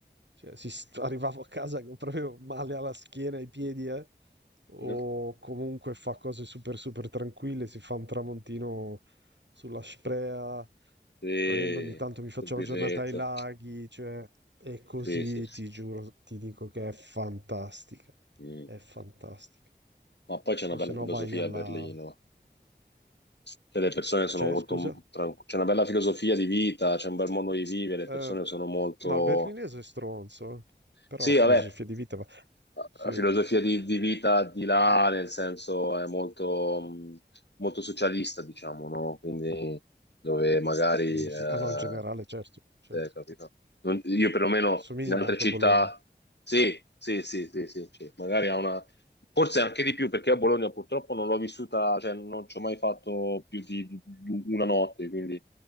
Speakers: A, on the right; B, on the left.
A: Cioè, si st- <laughs> arrivavo a casa con proprio male alla schiena, ai piedi, eh. O
B: ah.
A: comunque fa cose super super tranquille, si fa un tramontino sulla Sprea,
B: Sì,
A: prendo ogni tanto mi faccio
B: col birretto.
A: una giornata ai laghi, cioè e così
B: Sì, sì.
A: ti giuro, ti dico che è fantastica,
B: Mm.
A: è fantastica.
B: Ma poi c'è una
A: O se
B: bella
A: no
B: filosofia
A: vai alla...
B: a Berlino. Cioè, le persone sono
A: C'è,
B: molto
A: scusa?
B: tranquille. C'è una bella filosofia di vita, c'è un bel modo di vivere, le
A: Eh,
B: persone sono molto...
A: no, il berlinese è stronzo, eh. Però
B: Sì,
A: la filosofia
B: vabbè,
A: di vita va...
B: la
A: Sì,
B: filosofia di, di vita di là, nel senso, è molto, mh, molto socialista, diciamo, no? Quindi dove magari...
A: sì,
B: eh,
A: sì. Ah no, in generale, certo, certo.
B: eh, capito? Non- io perlomeno
A: Somiglia
B: in altre
A: molto
B: città...
A: a Bologna.
B: Sì, sì, sì, sì, sì, sì. Magari ha una Forse anche di più, perché a Bologna purtroppo non l'ho vissuta, cioè non ci ho mai fatto più di di una notte, quindi